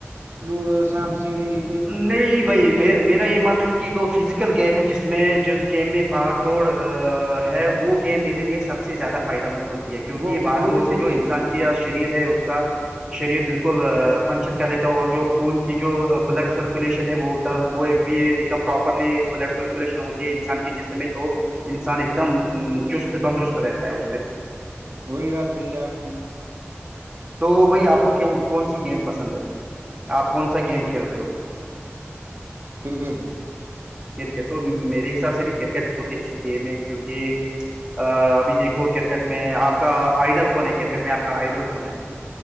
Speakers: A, on the right; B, on the right.
A: لوڈو سانپ سیڑھے یہ
B: نہیں بھائی
A: یہ اتنے
B: میرا یہ ماننا ہے کہ جو فیزیکل گیم ہے جس میں جس گیم میں باگ دوڑ ہے وہ گیم میرے لیے سب زیادہ فائدہ مند ہوتی ہے کیونکہ
A: وہ
B: باغ
A: وہ
B: دوورڑ
A: بھی وہ
B: سے جو
A: بھی ہے
B: انسان شریر ہے اس کا شریر بالکل فنکشن کر لیتے اور جو خون کی جو بلڈ سرکولیشن ہے وہ وہ بھی ایک دم پراپرلی بلڈ سرکولیشن ہوتی ہے انسان کے جسم تو انسان ایک دم چست تندرست رہتا ہے اس سے
A: وہی بات صحیح ہے آپ کی
B: تو بھائی آپ کو کون سی گیم پسند ہے آپ کون سا گیم کھیل رہے ہو
A: کرکٹ
B: کرکٹ تو میرے حساب سے بھی کرکٹ بہت ہی اچھی گیم ہے کیوںکہ ابھی دیکھو کرکٹ میں آپ کا آئیڈل کون ہے کرکٹ میں آپ کا آئیڈل کون ہے